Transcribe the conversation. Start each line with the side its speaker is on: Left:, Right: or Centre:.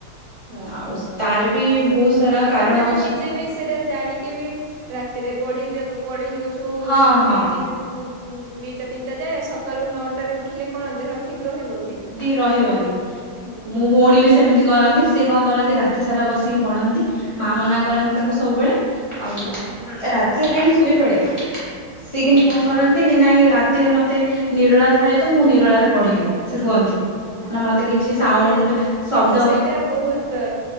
Right: ହଁ
Left: ଆଉ ତାର ବି ବହୁତ ସାରା
Right: ଆମେ
Left: କାରଣ
Right: ମାନେ
Left: ଅଛି।
Right: ନିଜେ ବି ସେ ସେଇଟା ଜାଣିକି ବି ରାତିରେ ପଢି, ପଢି ଦଉଛୁ
Left: ହଁ ହଁ
Right: ଦି ତିନି ଦିଟା ତିନିଟା ଯାଏ, ସକାଳୁ ନଅଟା ରେ ଉଠିଲେ କଣ ଦେହ ଠିକ ରହିବ କି?
Left: ଠିକ ରହିବନି,
Right: ହୁଁ।
Left: ମୋ ଭଉଣୀ ବି ସେ ସେମିତି କରନ୍ତି ସିଏ କଣ କରନ୍ତି ରାତି ସାରା ବସିକି ପଢନ୍ତି, ମା ମନା
Right: ହଁ
Left: କରନ୍ତି ତାଙ୍କୁ ସବୁବେଳେ ଆଉ
Right: ହଁ।
Left: ରାତି ହେଲାଣି ଶୋଇପଡେ, ସେି
Right: ହଁ
Left: କିନ୍ତୁ କଣ କରନ୍ତି କି ନାଇଁ ରା ତି ରେ ମତେ ନିରଳା ଥାଏ ତ ମୁଁ ନିରଳା ରେ ପଢିବି ସେ କୁହନ୍ତି।
Right: ହୁଁ
Left: ନା ମତେ କିଛି
Right: ହଁ
Left: ସାଉଣ୍ଡ
Right: ସେ
Left: ଶବ୍ଦ
Right: କିନ୍ତୁ ସେଇଟା ବହୁତ